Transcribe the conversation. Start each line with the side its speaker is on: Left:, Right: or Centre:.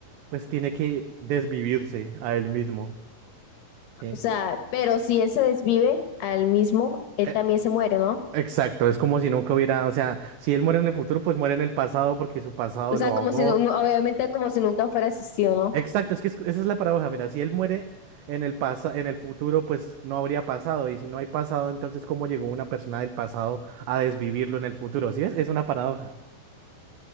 Right: pues tiene que desvivirse a él mismo, ¿sí?
Left: O sea, pero si él se desvive al mismo, él
Right: E-
Left: también se muere, ¿no?
Right: Exacto, es como si nunca hubiera, o sea, si él muere en el futuro, pues muere en el pasado porque su pasado
Left: O
Right: lo
Left: sea,
Right: ahogó.
Left: como si no, no- obviamente como si nunca fuera asistido, ¿no?
Right: Exacto, es que es- esa es la paradoja, mira, si él muere en el pasa, en el futuro, pues no habría pasado, y si no hay pasado, entonces ¿cómo llegó una persona del pasado a desvivirlo en el futuro? ¿Sí ves? Es una paradoja.